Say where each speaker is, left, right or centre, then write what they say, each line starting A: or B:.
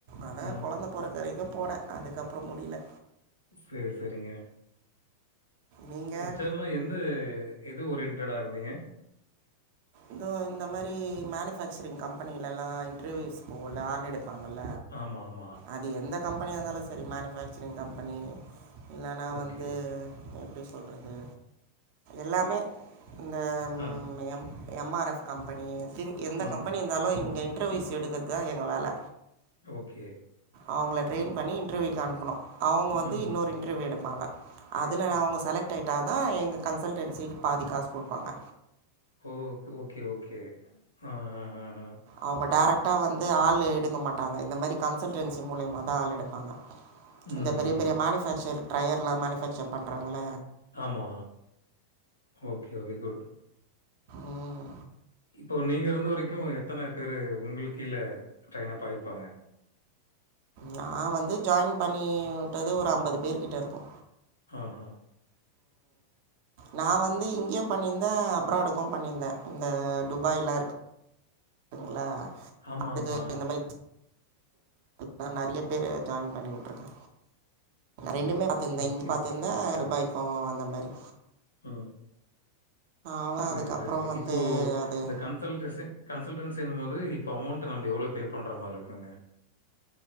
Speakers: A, on the right; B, on the left.
A: ஆனா
B: ஆ.
A: கொழந்த பொறக்கர வரைக்கு போனே அதுக்கப்றோ முடில
B: சேரி செரிங்க
A: நீங்கள்
B: எஹச் ஆர்னா எந்த எது ஒரியன்டடா இருந்தீங்க
A: இதோ இந்த மாரி மேனிஃபேக்சரின் கம்பெனிலலா இன்ட்ருவியூஸ் போவுல ஆள் எடுப்பாங்கள
B: ஆமா ஆமா
A: அது எந்த கம்பெனியா இருந்தாலு செரி மேனிஃபேக்சரிங் கம்பெனி இல்லன்னா
B: ஓகே.
A: வந்து எப்டி சொல்றது எல்லாமே இ இந்த ம்
B: ஆ.
A: எம்ப் M R F company thing எந்த
B: ம்.
A: கம்பெனி இருந்தாலு இங்க ன்ட்ருவியூஸ் எடுக்குறது தா எங்க வேல
B: ஓகே
A: அவங்கள ட்ரெயின் பண்ணி இன்ட்ருவியூக்கு அனுப்புனு அவுங்க வந்து
B: ம்ஹ்ம்.
A: இன்னொரு இன்ட்ருவியூ எடுப்பாங்க அதுல அவங்க செலக்ட் ஆயிட்டா தா எங்க கன்சல்டன்சிக்கு பாதிக்காசு குடுப்பாங்க
B: ஓ ஓகே ஓகே ஓகே ஆ ஆ ஆ
A: அவங்க ரேரெக்டா வந்து ஆள் எடுக்க மாட்டாங்க இந்த மாரி கன்சல்டன்சி முலியமா தா ஆள் எடுப் ஆ
B: ம்,
A: இந்த பெரிய
B: ம்.
A: பெரிய மேனிஃபேக்சர் ட்ரையர்லா மேனிஃபேக்சர் பண்றாங்கள
B: ஆமா ஓகே வெரிகுட்
A: ம்.
B: இப்போ நீங்க இருந்த வரைக்கு எத்தன பேரு உங்ளுக் கீழ ட்ரெயின்அப் ஆயிருப்பாங்க
A: நா வந்து ஜாயின் பண்ணி உட்டது ஒரு அம்பது பேர் கிட்ட இருக்கு
B: ஆஹா
A: நா வந்து இங்யு பண்ணிந்தே அப்ராடுக்கு பண்ணிந்தே இந்த துபாய்லா இருக் குல
B: ஆமாமா.
A: அதுக்கு இந்த மாரி நா நெறைய பேர ஜாயின் பண்ணி உட்ருக்கே ரெண்டுமே பாத் திருந்தே
B: ஓகே,
A: இங்கி பாத்திருந்தே
B: ஓகேங்க சிஸ்டர்.
A: துபாய்க்கு அந்த மாரி
B: ம்
A: அவன்
B: சேரி
A: அதுக்கப்புறம்
B: சேரி
A: வந்து
B: இப்போ
A: அது
B: இந்த கன் கன்சல்டன்சிங் கன்சல்டன்சின்னும்மோது இப்போ அமௌண்ட் நம்ம எவ்ளோ பே பண்ற மாரி இருக்குங்க